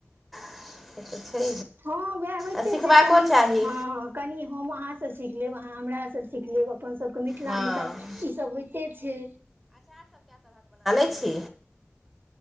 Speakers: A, in the centre; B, on the right.
A: <inaudible>
B: हँ वएह होइते
A: आ सिखबाको
B: छै कनि
A: चाही
B: हँ कनि हम अहाँ से सीख लेब आहा हमरा सँ सीख लेब अपन मिथिला
A: हँ
B: मे तऽ ई सब होइते छै
A: अछि